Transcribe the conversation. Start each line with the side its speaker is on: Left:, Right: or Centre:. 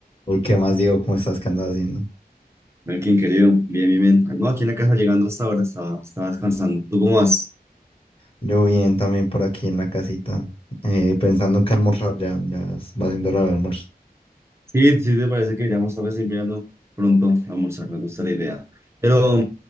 Left: Uy, ¿qué más, Diego? ¿Cómo estás? ¿Qué andas haciendo?
Right: Melkin, querido, bien, bien, bien. No, aquí en la casa llegando hasta ahora, estaba, estaba descansando. ¿Tú cómo vas?
Left: Yo bien, también por aquí en la casita, eh, pensando en qué almorzar, ya, ya es- va siendo hora del almuerzo.
Right: Sí, sí, te parece que ya vamos a ir mirando pronto a almorzar, me gusta la idea. Pero